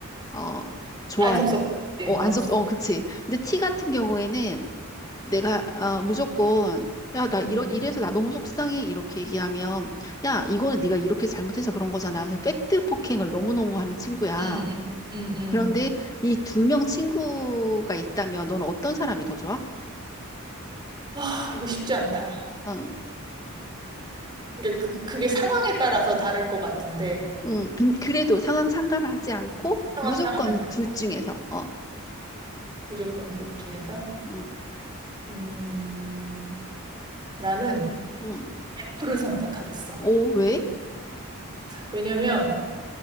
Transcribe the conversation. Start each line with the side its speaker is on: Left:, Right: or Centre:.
Left: 어 좋아.
Right: 안 섭섭하지.
Left: 어,
Right: 어.
Left: 안 섭, 어, 그치. 근데 T 같은 경우에는 내가 아, 무조건 야, 나
Right: 음,
Left: 이러 이래서 나 너무 속상해 이렇게 얘기하면 야, 이거는 네가 이렇게 잘못해서 그런 거잖아. 그래서 팩트 폭행을 너무너무 하는 친구야.
Right: 음, 음, 음, 음.
Left: 그런데 이 두 명 친구가 있다면 넌 어떤 사람이 더 좋아?
Right: 아, 이거 쉽지 않다.
Left: 응.
Right: 그러니까 그, 그게 상황에 따라서 다를 것 같은데,
Left: 응. 근- 그래도 상황 상관하지 않고
Right: 상황
Left: 무조건
Right: 상하지 않고,
Left: 둘 중에서 어.
Right: 무조건 둘 중에서.
Left: 응.
Right: 음, 나는
Left: 응.
Right: F를 선택하겠어.
Left: 오, 왜?
Right: 왜냐면,